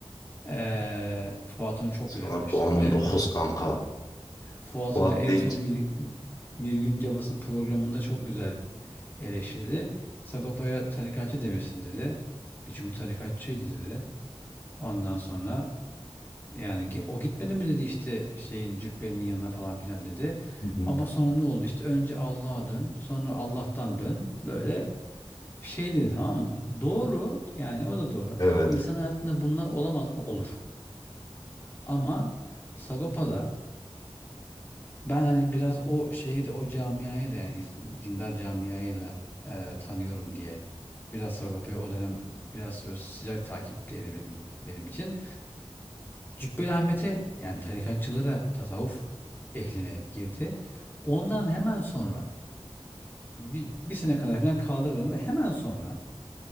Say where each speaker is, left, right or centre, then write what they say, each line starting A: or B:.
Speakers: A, on the left; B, on the left.
A: Eee Fuat onu çok
B: Sana
A: güzel eleştirdi.
B: puanım dokuz kanka.
A: Fuat
B: Fuat
A: onu en
B: deyince.
A: son Mir, Mirgün Cabas'ın programında çok güzel eleştirdi. Sagopa'ya tarikatçı demesin dedi. E çünkü tarikatçıydı dedi. Ondan sonra Yani gi- o gitmedi mi dedi işte şeyin cübbenin yanına falan filan dedi.
B: Hı hı.
A: Ama sonra ne oldu işte önce Allah'a dön sonra Allah'tan dön böyle bir şey dedi tamam mı? Doğru yani o da doğru.
B: Evet.
A: İnsan hayatında bunlar olamaz mı? Olur. Ama Sagopa'da ben hani biraz o şeye de o camiaya da yani is- dindar camiaya da e, tanıyorum diye biraz Sagopa'yı o dönem biraz böyle sıcak takipteydi benim benim için. Cübbeli Ahmet'e yani tarikatçılara, tasavvuf ehline girdi. Ondan hemen sonra bir, bir sene kadar falan kaldırıldı. Hemen sonra